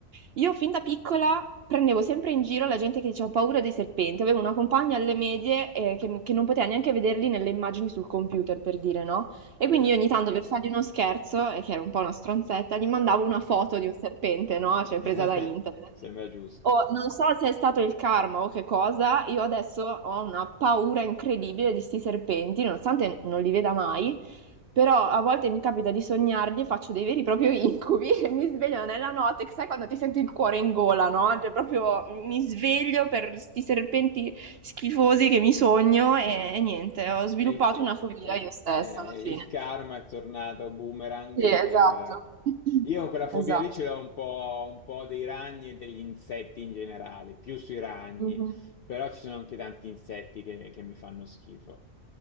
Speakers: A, on the right; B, on the left.
A: io fin da piccola prendevo sempre in giro la gente che diceva ho paura dei serpenti. Avevo una compagna alle medie eh, che, che non poteva neanche vederli nelle immagini sul computer, per dire, no? E
B: ah,
A: quindi
B: ah.
A: io ogni tanto per fargli uno scherzo, e che era un po' una stronzetta, gli mandavo una foto di un serpente, no? Cioè
B: <laughs>
A: presa da internet.
B: Sembra giusto.
A: Oh, non so se è stato il karma o che cosa, io adesso ho una paura incredibile di sti serpenti, nonostante non li veda mai, però a volte mi capita di sognarli e faccio dei veri e propri incubi <laughs> e mi sveglio nella notte, sai quando ti senti il cuore in gola, no? Cioè proprio mi sveglio per sti serpenti schifosi che mi sogno e, e niente, ho sviluppato
B: E,
A: una fobia
B: e- eh,
A: io stessa
B: eh,
A: alla fine.
B: il karma è tornato boomerang
A: Sì, esatto.
B: e ora...
A: <clears throat>
B: Io quella fobia
A: Esatto.
B: lì ce l'ho un po', un po' dei ragni e degli insetti in generale, più sui ragni,
A: Mhm.
B: però ci sono anche tanti insetti che, che mi fanno schifo.